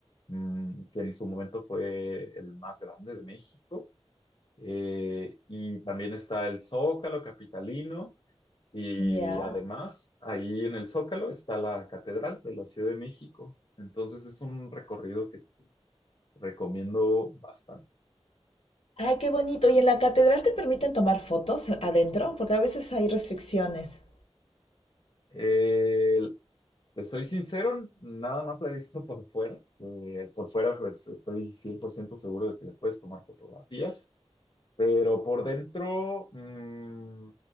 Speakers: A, on the left; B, on the left.
A: mm, que en su momento fue el más grande de México. Eh, y también está el Zócalo Capitalino. Y
B: Ya.
A: además, ahí en el Zócalo está la Catedral de la Ciudad de México. Entonces es un recorrido que te recomiendo bastante.
B: Ay, qué bonito. ¿Y en la catedral te permiten tomar fotos adentro? Porque a veces hay restricciones.
A: Eh, te soy sincero, nada más la he visto por fuera. Eh, por fuera, pues estoy 100% seguro de que le puedes tomar fotografías, pero por dentro mm,